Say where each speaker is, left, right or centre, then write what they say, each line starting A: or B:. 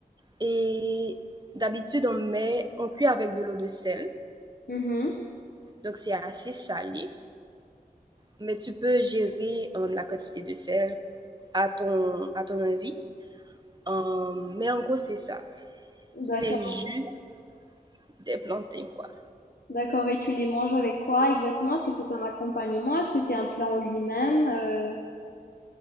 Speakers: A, on the right; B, on the left.
A: Et d'habitude, on met, on cuit avec de l'eau de sel.
B: Mhm.
A: Donc, c'est assez salé, mais tu peux gérer euh, la quantité de sel à ton, à ton envie. Euh, mais en gros, c'est ça. C'est
B: D'accord.
A: juste des plantains, quoi.
B: D'accord. Et tu les manges avec quoi exactement? Est-ce que c'est un accompagnement? Est-ce que c'est un plat en lui-même? Euh,